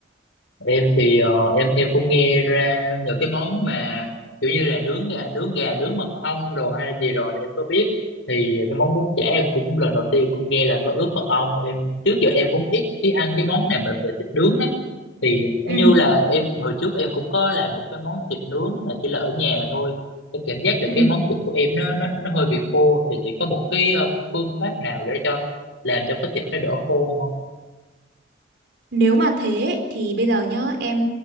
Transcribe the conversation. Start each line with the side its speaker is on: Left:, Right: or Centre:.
Left: em thì ờ, em em cũng nghe ra nhờ cái món mà kiểu như là nướng gà nướng gà nướng mật ong rồi hay là gì rồi thì em có biết thì cái món bún chả em cũng lần đầu tiên cũng nghe là có ướp mật ong em trước giờ em cũng ít khi ăn cái món này mà về thịt nướng lắm thì nó
Right: Ừ,
Left: như là em hồi trước em cũng có làm một cái món thịt nướng mà chỉ là ở nhà thôi cái cảm giác là
Right: ừ.
Left: cái món thịt của em nó nó nó hơi bị khô thì chỉ có một cái ờ, phương pháp nào để cho làm cho cái thịt nó đỡ khô không
Right: Nếu mà thế ấy, thì bây giờ nhá, em